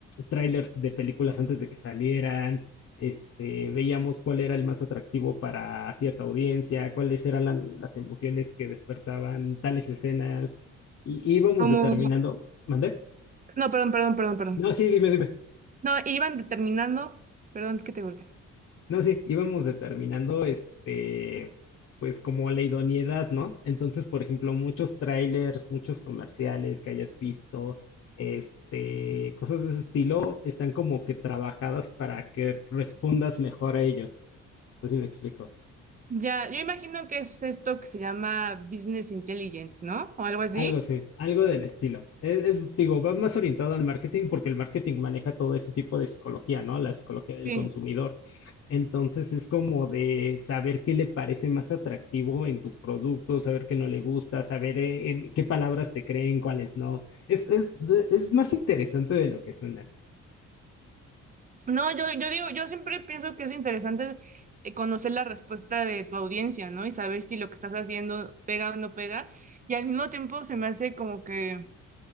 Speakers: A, on the left (about 50°); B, on the right (about 25°).
A: trailers de películas antes de que salieran este, veíamos cuál era el más atractivo para cierta audiencia, cuáles eran la- las emociones que despertaban tales escenas, y íbamos
B: como,
A: determinando, ¿mandé?
B: no, perdón, perdón, perdón, perdón.
A: No, sí, dime, dime.
B: No, iban determinando, perdón que te corté.
A: No, sí, íbamos determinando, este, pues como la idoneidad, ¿no? Entonces, por ejemplo, muchos trailers, muchos comerciales que hayas visto, este, cosas de ese estilo, están como que trabajadas para que respondas mejor a ellos. No sé si me explico.
B: Ya, yo imagino que es esto que se llama Business Intelligent, ¿no? O algo así.
A: Algo así, algo del estilo. Es, es, digo, va más orientado al marketing porque el marketing maneja todo ese tipo de psicología, ¿no? La psicología del
B: Sí.
A: consumidor. Entonces es como de saber qué le parece más atractivo en tu producto, saber qué no le gusta, saber eh, en qué palabras te creen, cuáles no. Es, es, es más interesante de lo que suena.
B: No, yo, yo digo, yo siempre pienso que es interesante eh, conocer la respuesta de tu audiencia, ¿no? Y saber si lo que estás haciendo pega o no pega. Y al mismo tiempo se me hace como que,